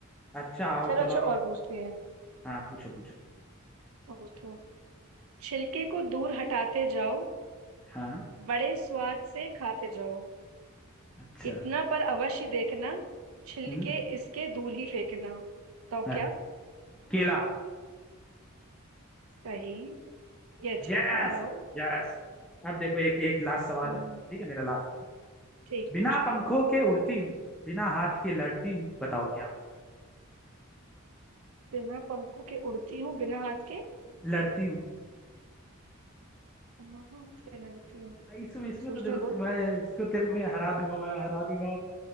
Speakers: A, in the centre; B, on the right (about 80°).
A: अच्छा और
B: चलो
A: चलो
B: अच्छा
A: अभी
B: और पूछते हैं
A: हाँ पूछो पूछो
B: और पूछते हैं छिलके को दूर हटाते जाओ
A: हाँ
B: बड़े स्वाद से खाते जाओ
A: अच्छा
B: इतना पर अवश्य देखना छिलके
A: हम्म
B: इसके दूर ही फेंकना बताओ
A: अच्छा,
B: क्या
A: केला
B: सही ये अच्छा
A: Yes
B: था वाओ
A: yes अब देखो एक एक लास्ट सवाल
B: हम्म,
A: है ठीक है मेरा लास्ट
B: ठीक
A: बिना
B: पूछो
A: पंखों के उड़ती हूँ बिना हाथ के लड़ती हूँ बताओ क्या
B: बिना पंखों के उड़ती हूँ बिना हाथ के
A: लड़ती हूँ
B: बिना हाथ के लड़ती हूँ
A: इसमें इसमें
B: सोचने
A: तो तेरे को
B: दो
A: मैं इसको तेरे को मैं हरा दूंगा मैं हरा दूंगा